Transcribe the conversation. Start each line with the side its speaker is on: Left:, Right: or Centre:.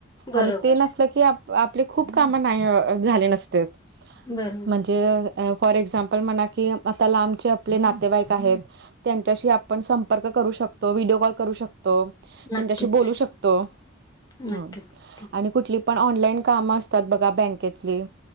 Left: बरोबर,
Right: आणि ते नसल की आप आपले खूप काम नाही झाले नसतेत..
Left: बरंर.
Right: म्हणजे फॉर एक्झाम्पल म्हणा की आता लांबचे आपले नातेवाईक आहेत. त्यांच्याशी आपण संपर्क करू शकतो व्हिडिओ कॉल करू शकतो.
Left: नक्कीच,
Right: त्यांच्याशी बोलू शकतो
Left: नक्कीच,
Right: ह
Left: नक्कीच.
Right: आणि कुठली पण ऑनलाईन कामं असतात बघा बँकेतली